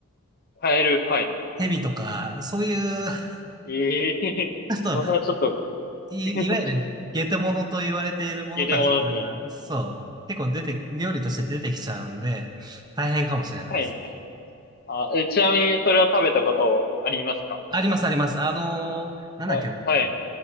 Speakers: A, on the left; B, on the right.
A: カエル、はい。
B: ヘビとか、そういう、<laughs>
A: ええー <laughs>
B: ちょっと
A: それはちょっと
B: い、
A: <laughs>
B: いわゆるゲテモノと言われているものたち
A: いや、<laughs> でもです
B: が、そう、結構出て、料理として出てきちゃうんで、
A: ね。
B: 大変かもしれないです。
A: はい。あ、え、ちなみにそれは食べたことありますか
B: ありますあります。あの、なんだっけな。
A: あ、はい、